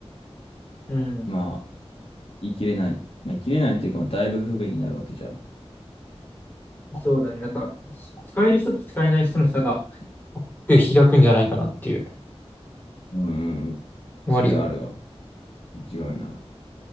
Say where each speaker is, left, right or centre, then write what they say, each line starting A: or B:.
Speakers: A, on the left (about 15°); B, on the left (about 65°).
A: うん。
B: まあ、い生きれない。まあ、生きれないっていうか、だいぶ不便になるわけじゃん。
A: そうだね。なんか、使える人と使えない人の差が。開くんじゃないかなっていう。
B: うんうんうん。
A: 割よ。
B: それはあるわ。間違いない。